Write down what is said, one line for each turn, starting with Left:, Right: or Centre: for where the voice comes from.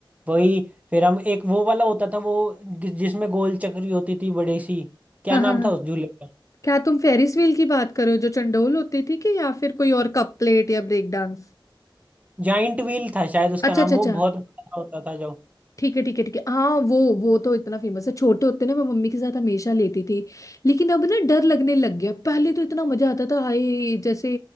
Right: वही फिर हम एक वो वाला होता था वो जि- जिसमें गोल चक्री होती थी बड़ी सी क्या
Left: हाँ
Right: नाम
Left: हाँ हाँ
Right: था उस झूले का
Left: क्या तुम फेरिस व्हील की बात करो जो चंडोल होती थी कि या फिर कोई और कप प्लेट या ब्रेक डांस
Right: जाइंट व्हील था शायद उसका
Left: अच्छा
Right: नाम
Left: अच्छा
Right: वो
Left: अच्छा
Right: बहुत बड़ा होता था जो
Left: ठीक है ठीक है ठीक है हाँ वो वो तो इतना फेमस है छोटे होते ना मैं मम्मी के साथ हमेशा लेती थी लेकिन अब ना डर लगने लग गया पहले तो इतना मजा आता था हाय जैसे